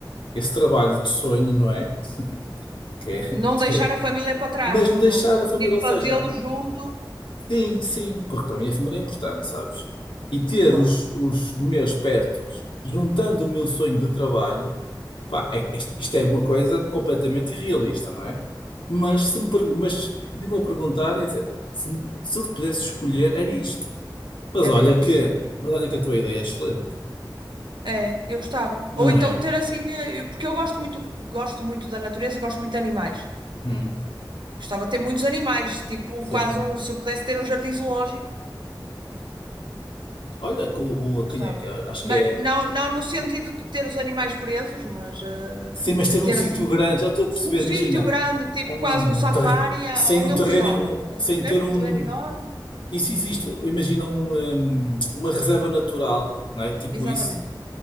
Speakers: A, on the left; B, on the right.
A: esse trabalho de sonho, não é? Que é, <laughs>
B: Não deixar
A: é-
B: a família para trás,
A: mas não deixar
B: co- conseguir
A: a família, ou seja.
B: fazê-lo junto.
A: Sim, sim, porque para mim a família é importante, sabes? E ter
B: Claro,
A: os, os meus pertos, juntando o meu sonho de trabalho, pá, é, isto, isto é uma coisa completamente irrealista, não é? Mas
B: mesmo.
A: se me, per- mas de me a perguntar, ia dizer, se, me- se eu te pudesse escolher, era isto. Mas
B: Era
A: olha
B: isso.
A: que, mas olha que a tua ideia é excelente,
B: É, eu gostava.
A: não
B: Ou então
A: é?
B: ter assim, eh, eu- porque eu gosto muito, gosto muito da natureza, gosto muito de animais.
A: Hum,
B: Gostava de ter muitos animais, tipo
A: sim.
B: quase um, se eu pudesse ter um jardim zoológico,
A: Olha, que o,
B: eu
A: o-
B: gostava.
A: quem é que é? Acho
B: Mas
A: que é.
B: não, não no sentido de ter os animais presos, mas eh,
A: Sim, mas ter
B: de ter
A: um sítio
B: assim
A: grande, já estou a perceber,
B: um sítio
A: imagina,
B: grande, tipo
A: um,
B: quase um safari,
A: um ter-
B: a-
A: sem
B: ao meu
A: um terreno,
B: cuidado.
A: um-
B: Estás
A: sem
B: a perceber?
A: ter um.
B: Um terreno enorme.
A: Isso existe, imagina um, um, uma reserva natural, não é? Tipo
B: Exatamente.
A: isso.